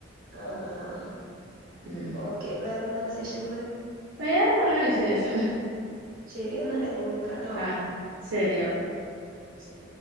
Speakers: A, on the right (about 45°); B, on the right (about 70°).
A: ആഹ് ആഹ്
B: ഉം
A: ഓക്കെ വേറെന്താ വിശേഷങ്ങള്
B: വേറെ നല്ല വിശേഷം
A: ശരി എന്നാ ഞാൻ വിളിക്കാട്ടോ
B: ആഹ് ശരി ഓക്കെ
A: ഉം ശരി